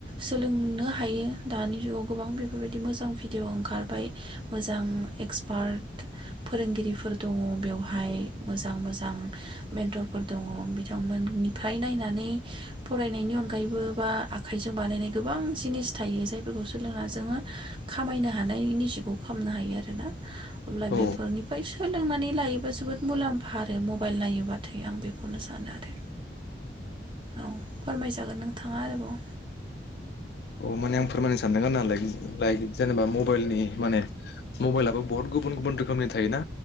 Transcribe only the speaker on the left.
औ
औ माने आं फोरमायनो सानदों आरो ना लाइक लाइक जेनेबा मबाइलनि माने मबाइलाबो बहुत गुबुन गुबुन रोखोमनि थायोना